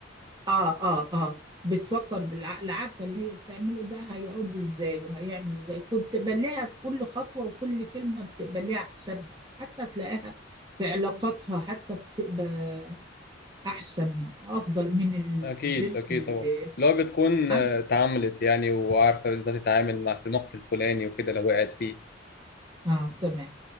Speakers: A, on the right (about 25°); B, on the left (about 55°).
A: آه آه آه بتفكر بالعقل عارفة اللي هي بتعمله ده هيعود إزاي وهيعمل إزاي كنت بليها كل خطوة وكل كلمة بتقبليها حسابها حتى تلاقيها في علاقاتها حتى بتبقى احسن افضل من البنت
B: اكيد اكيد
A: اللي
B: طبعا اللي هو بتكون
A: أنا
B: آه، اتعاملت يعني وعارفه ازاي تتعامل مع في الموقف الفلاني وكده لو وقعت فيه
A: اه تمام